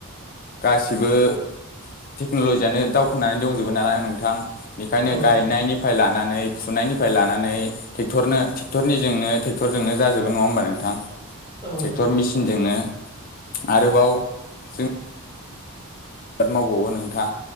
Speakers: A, on the left; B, on the right.
A: गासिबो टेक्न'लजियानो दावखोनानै दंजोबो नालाय नोंथां। बेखायनो
B: औ
A: गायनायनिफ्राय
B: नोंथां
A: लानानै फुनायनिफ्राय लानानै टेक्टरनो टेक्टरनिजोंनो ट्रेक्टरजोंनो जाजोबो नङा होमबा नोंथां?
B: औ
A: टेक्टर
B: नोंथां
A: मेसिनजोंनो आरोबाव जों आबाद मावबावो नोंथां